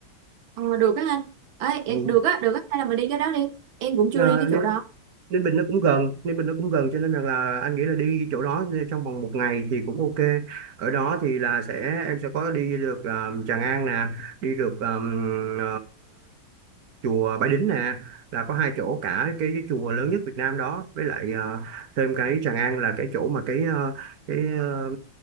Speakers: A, on the right; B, on the right.
A: ờ, được á anh ấy em-
B: ừ.
A: được á được á hay là mình đi cái đó đi em cũng
B: Ờ,
A: chưa đi cái
B: Ninh,
A: chỗ đó
B: Ninh Bình nó cũng gần Ninh Bình nó cũng gần cho nên rằng là anh nghĩ là đi chỗ đó ờ, trong vòng một ngày thì cũng ok ở đó thì là sẽ em sẽ có đi được ờ, Tràng An nè đi được um, chùa Bái Đính nè là có hai chỗ cả cái, cái chùa lớn nhất Việt Nam đó với lại ờ, thêm cái Tràng An là cái chỗ mà cái ờ, cái ờ,